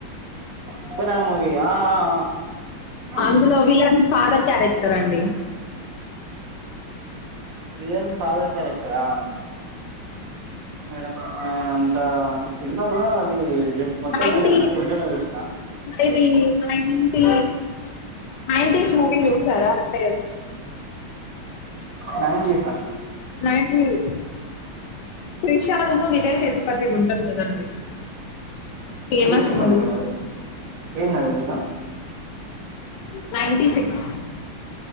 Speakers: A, on the right; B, on the left.
A: ఉప్పెన మూవీ అ ఆ ఆ
B: అందులో విలన్ ఫాదర్ క్యారెక్టర్ అండి.
A: విలన్ ఫాదర్ కారెక్టరా. మేడం అంతా చిన్న కూడా అది జస్ మొత్తం
B: నైన్టీ
A: చూడ్లే మేడం కొంచెమే చూస్నా.
B: ఇది నైన్టీ నైన్టీస్ మూవీ చూసారా అంటే
A: నైన్టి స్
B: నైటీ ఇవ్ త్రిషా ఉన్ను విజయ్ సేతుపతి ఉంటది కదండి. ఫేమస్
A: ఏ సినిమా
B: మూవీ
A: మేడం అది ఏందది madam.
B: Ninety six